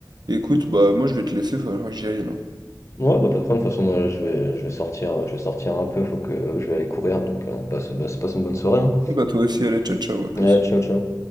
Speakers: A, on the right (about 70°); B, on the left (about 40°).
A: Écoute, bah moi je vais te laisser, il va falloir que j'y aille là.
B: Ouais, bah pas de problème, de toute façon, moi, là, je vais, je vais sortir, euh, je vais sortir un peu, faut que je vais aller courir, donc euh, on passe, bah, se passe une bonne soirée, hein.
A: Bon, Bah toi aussi, allez, ciao ciao, à plus.
B: Ouais, ciao, ciao.